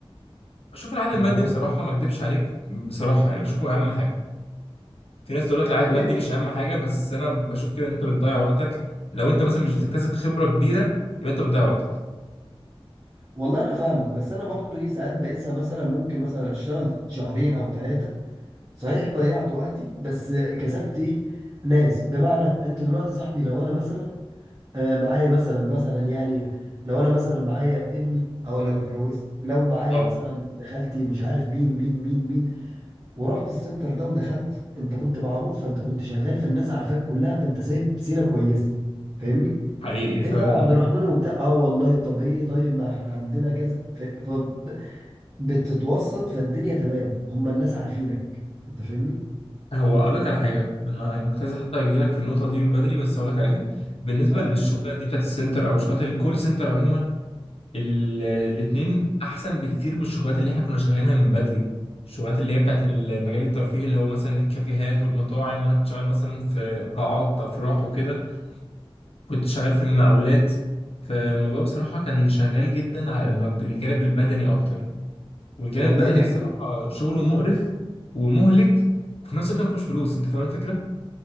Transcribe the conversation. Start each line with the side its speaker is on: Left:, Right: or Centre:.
Left: بشوف العائد
Right: طب
Left: المادي
Right: حرام
Left: بصراحه ما اكدبش عليك بصراحه يعني بشوفه اهم حاجه في ناس تقول لك العائد
Right: والله
Left: المادي
Right: بص
Left: مش اهم حاجه بس انا بشوف كده إن انت بتضيع وقتك لو انت مثلا مش بتكتسب خبره كبيره يبقى انت بتضيع وقتك
Right: والله انا فاهمك بس انا برضو ايه ساعات بقيسها مثلا ممكن مثلا اشتغل شهرين او ثلاثة صحيح ضيعت وقتي بس كسبت ايه ناس بمعنى انت دلوقتي صاحبي لو انا مثلا آه، معايا مثلا مثلا يعني لو انا مثلا معايا ابني او لو اتجوزت لو معايا
Left: اه
Right: مثلا ابن خالتي مش عارف مين مين مين مين ورحت السنتر ده ودخلت انت كنت معروف فانت كنت شغال فالناس عارفاك كلها فانت سايب سيره كويسه فاهمني
Left: حقيقي فعلا
Right: ايه ده يا عبد الرحمن وبتاع اه والله طب ايه طيب ما احنا عندنا كذا ف... ف... بتتوسط فالدنيا تمام هم الناس عارفينك انت فاهمني
Left: اه هو اقول لك على حاجه انا يعني كنت عايز حتى اجي لك في النقطه دي من بدري بس اقول لك عليها بالنسبه
Right: اه
Left: للشغلات دي بتاعت السنتر او شغلات الكول سنتر عموما الاثنين احسن بكتير من الشغلات اللي احنا كنا شغالينها من بدري الشغلات اللي هي بتاعت المجال الترفيهي اللي هو مثلا الكافيهات والمطاعم انا كنت شغال مثلا في قاعات افراح وكده كنت شغال في المقاولات فالموضوع بصراحة كان شغال جدا على المج- الجانب البدني أكتر والجانب
Right: والله
Left: البدني
Right: دي حقيقه
Left: بصراحة شغله مقرف ومهلك وفي نفس الوقت مفيهوش فلوس أنت فاهم الفكرة؟